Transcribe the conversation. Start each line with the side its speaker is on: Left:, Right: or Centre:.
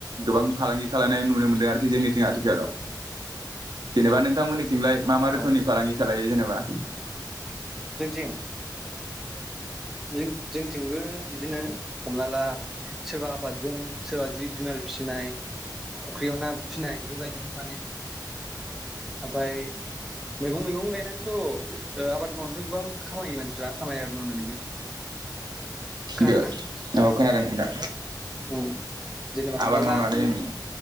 Right: गोबां फालांगि खालायनाय नुनो मोनदों आरोखि जोंनिथिं आथिखालाव जेनेबा नोंथांमोननि थिंलाय मा मा
Centre: औ
Right: रोखोमनि फालांगि खालायो जेन बा
Centre: जोंथिं जों जोंथिंबो बिदिनो नो हमना ला सोरबा आबादजों सोरबा जिब जुनार फिसिनाय फुख्रियाव ना फिनाय बेबायदिनो माने ओमफाय मैगं मैगं गायनानैथ' ओ आबाद मावनानैथ' गोबां खामायो मानसिफ्रा खामायो आरो मावनानैबो खोनादोंना
Right: बेेद औ खोनादों दा?
Centre: उम जेनेबा हमना
Right: आबाद मावनानै
Centre: ला नों